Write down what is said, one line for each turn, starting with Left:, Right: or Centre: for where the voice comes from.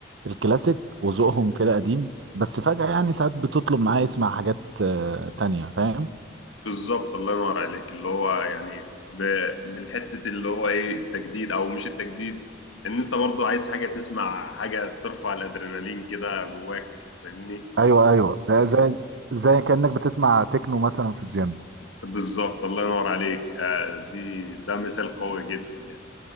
Right: الكلاسيك وذوقهم كده قديم بس فجأة يعني ساعات بتطلب معاه يسمع حاجات آه، تانية فاهم
Left: بالظبط الله ينور عليك اللي هو يعني ب- من حتة اللي هو ايه التجديد أو مش التجديد إن أنت برضه عايز حاجة تسمع حاجة ترفع الأدرينالين كده جواك فاهمني؟
Right: ايوه ايوه آه، زي زي كانك بتسمع تكنو مثلا في الجيم
Left: بالظبط الله ينور عليك آه، دي ده مثال قوي جدا يعني